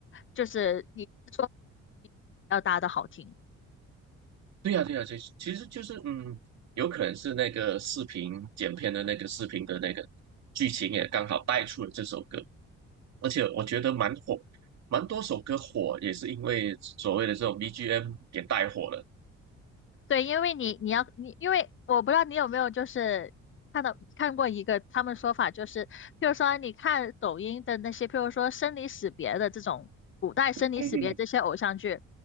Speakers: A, on the left; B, on the right.
A: 就是你说要搭的好听。
B: 对呀，对呀，其其实就是嗯，有可能是那个视频剪片的那个视频的那个剧情也刚好带出了这首歌，而且我觉得蛮火，蛮多首歌火也是因为所谓的这种 BGM 给带火了。
A: 对，因为你你要你，因为我不知道你有没有就是看到看过一个他们说法，就是譬如说你看抖音的那些，譬如说生离死别的这种古代生离死别这些偶像剧，
B: 嗯哼